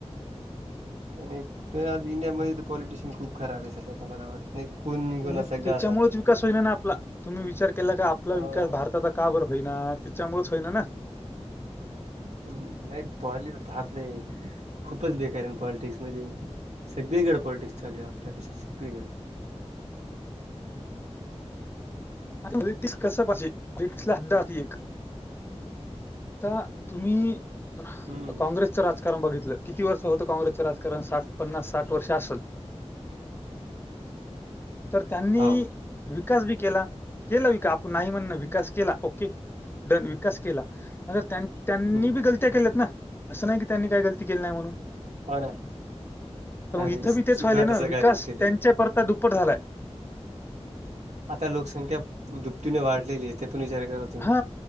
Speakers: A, on the right; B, on the left.
A: आणि तर आज इंडियामध्ये तर पॉलिटिशियन खूप खराब आहे सध्या तर मला वाटत आहे. नाही क कोणी नाही
B: म्हणजे
A: कोणाच सगा
B: त्याच्यामुळेच
A: असं नाही.
B: विकास ना आपला तुम्ही विचार केला का आपला
A: हो
B: विकास भारताचा का बर होईना त्याच्यामुळेच होईना ना.
A: <inaudible> हम्म नाही पॉली आपले खूपच बेकार आहेन पॉलिटिक्स म्हणजे सगळीकडें पॉलिटिक्स चालू आहे आपल्या देशात सगळीकडें.
B: ब्रिटिश कस पाहिजे, कस पाहिजे ब्रिट्स ला हद्दा अस एक. आता तुम्ही
A: हम्म
B: काँग्रेस राजकारण बघितलं किती वर्ष होतं काँग्रेसचं राजकारण, साठ पन्नास साठ वर्ष असल.
A: <inaudible>
B: तर त्यांनी
A: हो
B: विकास बी केला केला विकास आपण नाही म्हणत नाही विकास केला ओके डन विकास केला मग त्यांनी त्यांनी
A: हम्म
B: बी गलत्या केल्यात ना असं नाही की त्यांनी काही गलती केली नाही म्हणून.
A: हो ना
B: तर
A: नाही
B: मग इथं
A: नाही
B: बी तेच
A: चुका
B: व्हायले ना
A: तर
B: विकास
A: सगळ्यांनीच केलेला
B: त्यांच्या
A: आहे
B: परता दुप्पट झालाय.
A: आता लोकसंख्या दुपटीने वाढलेली आहे ते पण विचार करा. तुम्ही
B: हा